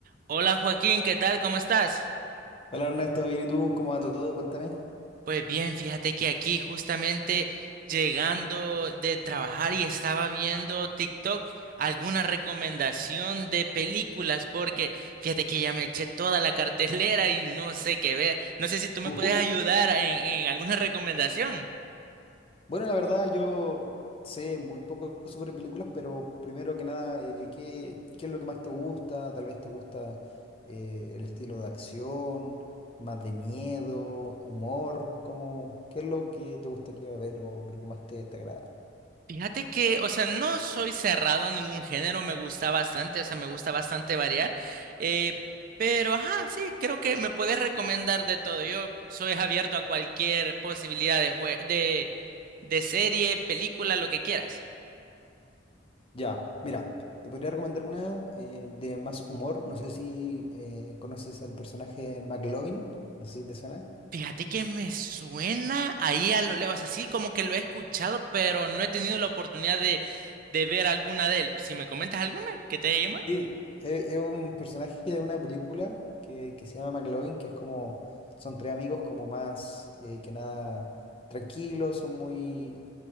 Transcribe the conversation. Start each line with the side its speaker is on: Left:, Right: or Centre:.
Right: Hola Joaquín, ¿qué tal? ¿Cómo estás?
Left: Hola Ernesto, bien y tú, ¿cómo va todo? Cuéntame.
Right: Pues bien, fíjate que aquí justamente llegando de trabajar y estaba viendo TikTok alguna recomendación de películas porque fíjate que ya me eché toda la cartelera y no sé qué ver. No sé si tú me
Left: Ujú.
Right: puedes ayudar en, en alguna recomendación.
Left: Bueno, la verdad yo sé muy poco sobre películas, pero primero que nada, eh, ¿qué, qué es lo que más te gusta? Tal vez te gusta eh, el estilo de acción, más de miedo, humor, ¿cómo, qué es lo que te gustaría ver o lo que más te, te agrada?
Right: Fíjate que, o sea, no soy cerrado a ningún género, me gusta bastante, o sea, me gusta bastante variar, eh, pero, ajá, sí, creo que me puedes recomendar de todo. Yo soy abierto a cualquier posibilidad de, jue- de, de serie, película, lo que quieras.
Left: Ya, mira, te podría recomendar una eh, de más humor. No sé si eh, conoces al personaje McLovin, no sé si te suena.
Right: Fíjate que me suena ahí a lo lejos, o sea, sí, como que lo he escuchado, pero no he tenido la oportunidad de, de ver alguna de él. Si me comentas alguna que te haya
Left: Sí, es, es un personaje de una película que, que se llama McLovin, que es como, son tres amigos como más eh, que nada tranquilos, son muy